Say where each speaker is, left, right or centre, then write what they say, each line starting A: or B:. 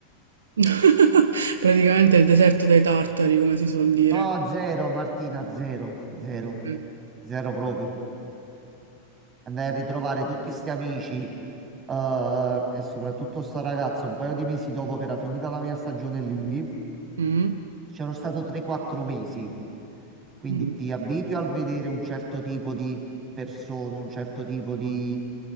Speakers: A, on the right; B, on the right.
A: <laughs> Praticamente il deserto dei tartari, come si suol dire.
B: No, zero, Martina, zero, zero,
A: Ok.
B: zero proprio. Andai a ritrovare tutti sti amici. Eh, e soprattutto sta ragazza, un paio di mesi dopo che era finita la mia stagione lì,
A: Mm.
B: c'ero stato 3-4 mesi. Quindi
A: Mm.
B: ti abitui al vedere un certo tipo di persone, un certo tipo di